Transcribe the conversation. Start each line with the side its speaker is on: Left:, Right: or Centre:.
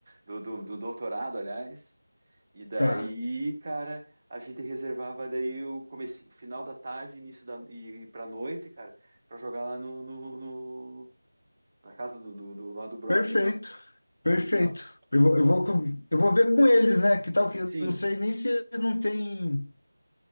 Right: do, do, do doutorado, aliás. E daí,
Left: Tá.
Right: cara, a gente reservava daí o comece, o final da tarde, início da e, e pra noite, cara, pra jogar lá no, no, no- na casa do, do, do lá do brother
Left: Perfeito,
Right: lá.
Left: perfeito.
Right: Tá?
Left: Eu vou,
Right: Eu,
Left: eu vou, com- eu vou ver com eles, né? Que tal que eu
Right: sim,
Left: não sei nem se eles não têm